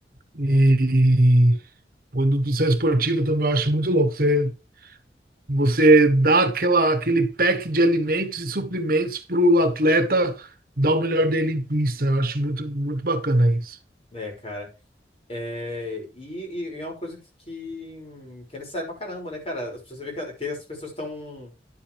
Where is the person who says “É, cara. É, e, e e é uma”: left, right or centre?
Left